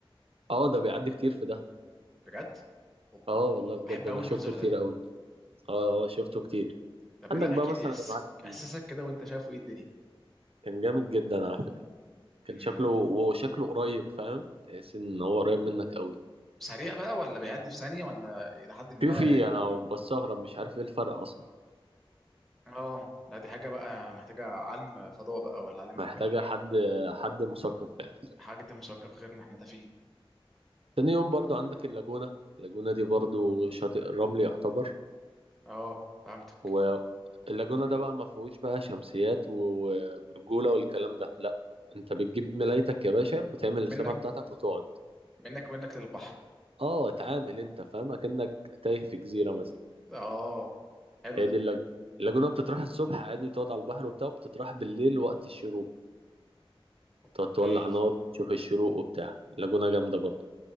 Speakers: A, on the right; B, in the centre.
A: اه ده بيعدي كتير في ده
B: بجد اوبا
A: اه والله بجد
B: بحب
A: انا
B: قوي
A: شفته
B: المنظر
A: كتير
B: ده
A: قوي اه آه، شفته كتير
B: طب
A: عندك
B: ايه لا
A: بقى
B: احكي
A: مثلا
B: لي احساسك
A: يا معلم
B: احساسك كده وانت شايفه ايه الدنية
A: كان جامد جدا على فكرة كان
B: امم
A: شكله وشكله قريب فاهم تحس ان هو قريب منك قوي
B: سريع بقى ولا بيعدي في ثانيه ولا الى حد ما
A: فيوفي انا بستغرب مش عارف ايه الفرق اصلا
B: اه لا دي حاجة بقى محتاجة علم فضاء بقى ولا علم
A: محتاجه
B: نجوم
A: حد حد مثقف يعني
B: حاجة دي مثقفة غيرنا احنا تافهين
A: تاني يوم برضو عندك اللاجونة اللاجونة دي برضو شاطئ الرمل يعتبر
B: اه فهمتك
A: واللاجونة ده بقى ما فيهوش بقى شمسيات وبرجولة والكلام ده لا انت بتجيب ملايتك يا باشا وتعمل
B: ومنك
A: الخيمة بتاعتك وتقعد
B: منك منك للبحر
A: اه اتعامل انت فاهم اكنك تايه في جزيرة مثلا
B: اه حلو
A: هي
B: ده
A: دي اللاجونة اللاجونة بتتراح الصبح عادي تقعد على البحر وبتاع بتتراح بالليل وقت الشروق
B: اوكي
A: تقعد تولع نار وتشوف الشروق وبتاع لاجونا جامدة برضه